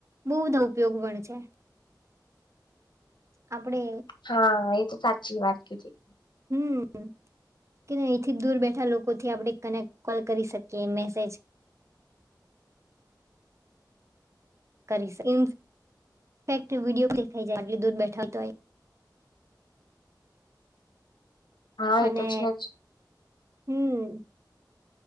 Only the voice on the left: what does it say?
હા એ તો સાચી વાત કીધી
હા
એ તો છે જ